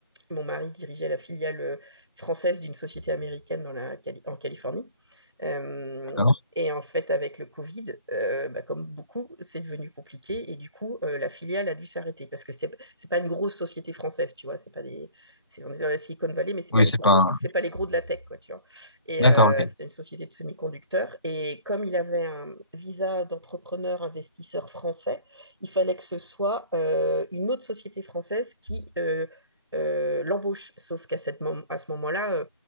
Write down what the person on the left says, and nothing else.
d'accord.
Oui,
c'est
pas... un-
D'accord,
ok.